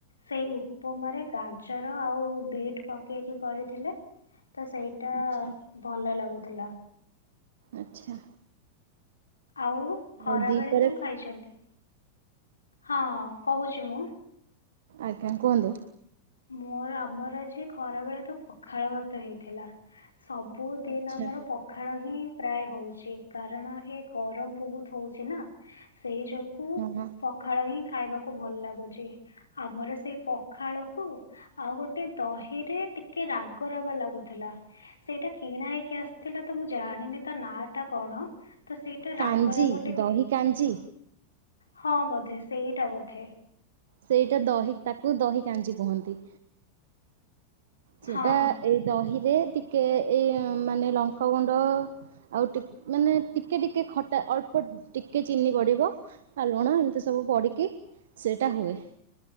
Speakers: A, on the left; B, on the right.
A: ସେଇ ଉପମାରେ ଗାଜର, ଆଉ ବିଟ୍ ପକେଇକି କରିଥିଲେ ତ ସେଇଟା
B: ଆଚ୍ଛା।
A: ଭଲ ଲାଗୁଥିଲା।
B: ଆଚ୍ଛା।
A: ଆଉ
B: ଆଉ
A: ଖରା
B: ଦିପରେ
A: ବେଳେ କଣ ଖାଇଛନ୍ତି। ହଁ କହୁଛି ମୁଁ।
B: ଆଜ୍ଞା କୁହନ୍ତୁ।
A: ମୋର ଆମର ଆଜି ଖରା ବେଳେ ତ ପଖାଳ ଭାତ ହେଇଥିଲା। ସବୁଦିନ
B: ଆଚ୍ଛା
A: ଆମର ପଖାଳ ହିଁ ପ୍ରାୟ ହଉଛି କାରଣ ଏ ଗରମ ବହୁତ। ହଥଉଛି ନା। ସେଇ ଯୋଗୁ
B: ହ
A: ପଖାଳ ହିଁ ଖାଇବା। ଭଲ ଲାଗୁଛି ଆମର ସେଇ ପଖାଳ। ଆଉ ଗୋଟେ ଦହିରେ ଟିକେ ରାଗ ରାଗ ଲାଗୁଥିଲା ସେଇଟା କିଣା ହେଇକି ଆସିଥିଲା ତ ମୁଁ ଜାଣିନି ତା ନା ଟା କଣ। ତ ସେଇଟା ରାଗ
B: କାଞ୍ଜି
A: ରାଗ ଟିକେ
B: ଦହି କାଞ୍ଜି।
A: ହଁ ବୋଧେ ସେଇଟା ବୋଧେ।
B: ସେଇଟା ଦହି ତାକୁ ଦହି କାଞ୍ଜି କୁହନ୍ତି। ସେଟା
A: ହଁ
B: ଏଇ ଦହିରେ। ଟିକେ ଏଇ ମାନେ ଲଙ୍କା ଗୁଣ୍ଡ ଆଉ ମାନେ ଟିକେ ଟିକେ ଖଟା ଅଳ୍ପ ଟିକେ ଚିନି ପଡ଼ିବ ଆ ଲୁଣ ଏମିତି ସବୁ ପଡ଼ିକି ସେଇଟା ହୁଏ।